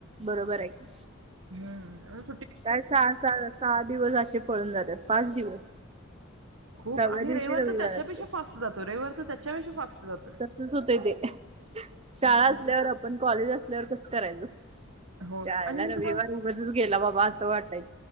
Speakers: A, on the right; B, on the right.
A: बरोबर आहे की,
B: हम,
A: काय सहा सहा सहा दिवस असे पळून जातात, पाच दिवस.
B: खूप
A: सहाव्या
B: आणि,
A: दिवशी
B: रविवार तर त्याच्यापेक्षा
A: असतो
B: फास्ट जातो, रविवार तर, त्याच्यापेक्षा फास्ट. जातोय.
A: तसंच होतय ते.
B: म्हणजे
A: शाळा असल्यावर, आपण कॉलेज असल्यावर, कसं करायचं.
B: होय
A: चायला
B: आणि मी
A: रविवार
B: तुम्हाला
A: उगाचच गेला बाबा आज. तो वाटायच.